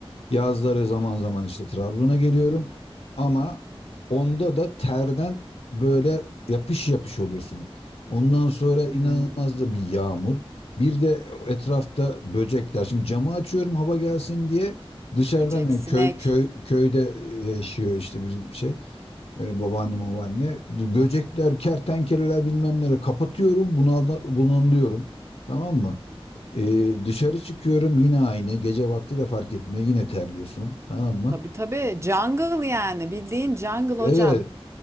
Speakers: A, on the left (about 80°); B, on the right (about 25°).
A: Yazları zaman zaman işte Trabzon'a geliyorum. Ama onda da terden böyle yapış yapış oluyorsun. Ondan sonra
B: Hmm.
A: inanılmaz da bir yağmur. Bir de etrafta böcekler. Şimdi camı açıyorum hava gelsin diye. Dışarıdan
B: Böcek,
A: yani
B: sinek.
A: köy, köy, köyde e, yaşıyor işte bizim şey e, babaanne babaanne. Böcekler, kertenkeleler bilmem neler kapatıyorum. Bunalda, bunalıyorum. Tamam mı?
B: Hı hı.
A: Ee, dışarı çıkıyorum yine aynı. Gece vakti de fark etmiyor. Yine terliyorsun. Tamam mı?
B: Tabii tabii jungle yani bildiğin jungle
A: Evet.
B: hocam.